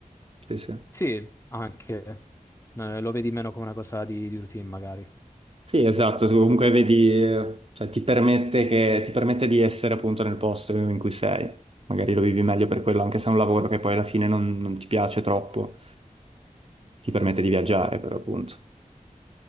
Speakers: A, on the right; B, on the left.
A: Sì, sì.
B: Sì, anche eh, lo vedi meno come una cosa di, di routine magari.
A: Sì, esatto, comunque vedi, eh, cioè, ti permette che, ti permette di essere appunto nel posto in cui sei. Magari lo vivi meglio per quello, anche se è un lavoro che poi alla fine non, non ti piace troppo, ti permette di viaggiare, per appunto.